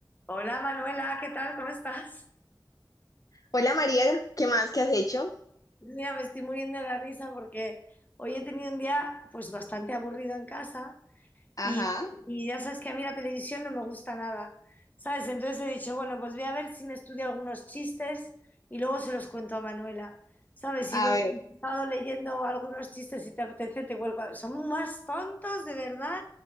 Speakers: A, on the left; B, on the left.
A: Hola Manuela, ¿qué tal? ¿Cómo estás?
B: Hola María, ¿qué más que has hecho?
A: Mira, me estoy muriendo de la risa porque hoy he tenido un día pues bastante aburrido en casa
B: Ajá,
A: y, y ya sabes que a mí la televisión no me gusta nada, ¿sabes? Entonces he dicho, bueno, pues voy a ver si me estudio algunos chistes y luego se los cuento a Manuela, ¿sabes?
B: a
A: Y bueno,
B: ver,
A: he estado leyendo algunos chistes, si te apetece te cuelgo. Son más tontos, de verdad,